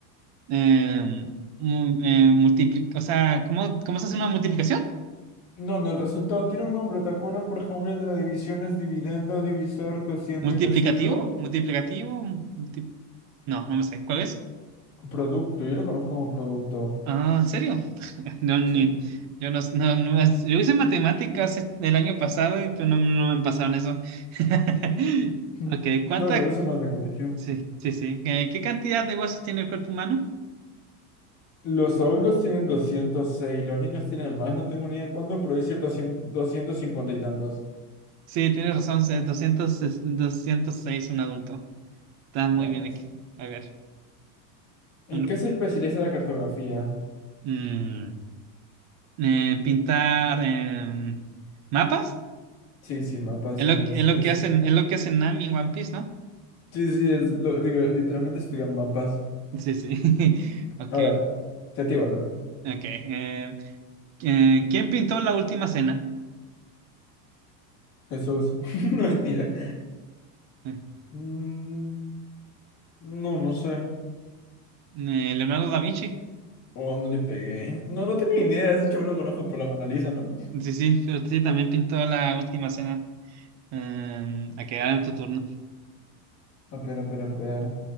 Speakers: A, on the right (about 35°); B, on the left (about 30°).
A: em, mu- eh, multipli- O sea, ¿cómo, cómo se hace una multiplicación?
B: No, no, el resultado tiene un nombre. ¿Te acuerdas, por ejemplo, el de la división es dividendo, divisor, cociente
A: ¿Multiplicativo?
B: y residuo?
A: ¿Multiplicativo? multi- No, no me sé. ¿Cuál es?
B: Producto, yo lo conozco como producto.
A: Ah, ¿en serio? <laughs> No, ni,
B: Sí.
A: yo no, no, no, yo hice matemáticas es- el año pasado y pues no, no me pasaron eso. <laughs>
B: Ujú.
A: Ok, ¿cuánta?
B: No, igual eso es más de colegio.
A: Sí, sí, sí. Eh, ¿Qué cantidad de huesos tiene el cuerpo humano?
B: Los adultos tienen 206, los niños tienen más, no tengo ni idea cuándo, pero decir 200 250 y tantos.
A: Sí, tienes razón, es doscientos es 206 un adulto. Está muy
B: Nice.
A: bien aquí. A ver,
B: ¿En
A: un
B: qué
A: punto.
B: se especializa la cartografía?
A: Mm, eh, pintar em, mapas.
B: Sí, sí, mapas.
A: Es
B: En
A: lo, es
B: es,
A: lo
B: es-
A: que hacen, es lo que hacen Nami en One Piece, ¿no?
B: sí, sí, es, lo- digo, literalmente estudiar mapas.
A: Sí, sí. <laughs> Ok,
B: A ver, te digo, te digo.
A: ok. eh, Eh, ¿quién pintó la última cena?
B: Jesús. <laughs> No, mentira.
A: Eh,
B: Mm, no, no sé.
A: eh, Leonardo da Vinci.
B: ¿O dónde le pegué? No, no tenía ni idea. Ese chavo lo conozco por la Mona Lisa, ¿no?
A: Sí, sí, pero sí, también pintó la última cena. Eh, a quedar en tu turno.
B: <laughs> A ver, a ver, a ver.